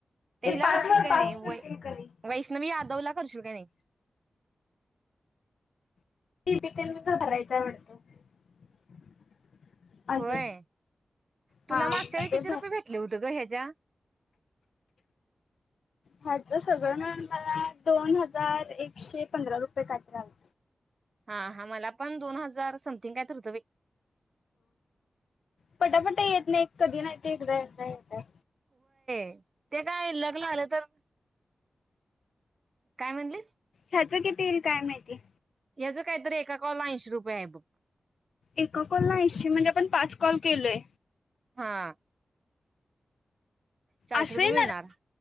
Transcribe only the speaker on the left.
पाच
वर
पाच
करतील
कधी
<unintelligible> अजून
हा मग
ते
भर
ह्याच सगळं मिळून मला दोन हजार एकशे पंधरा रुपय काय तरी आलत.
पटापटा येत नाय, कधी नाय, ते एकदा येतंय.
ह्याच किती इल काय माहिती?
एका कॉलला ऐंशी म्हणजे, आपण पाच कॉल केले
असं
येणार,